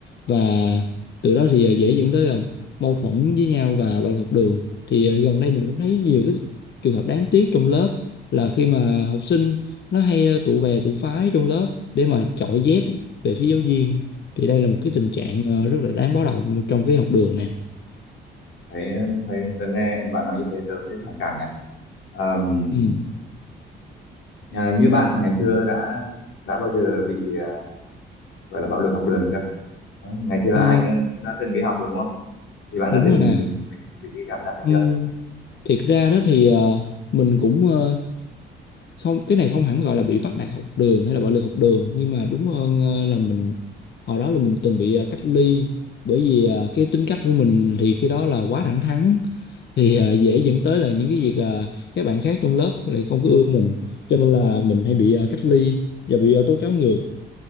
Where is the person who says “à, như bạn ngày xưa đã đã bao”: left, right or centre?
Left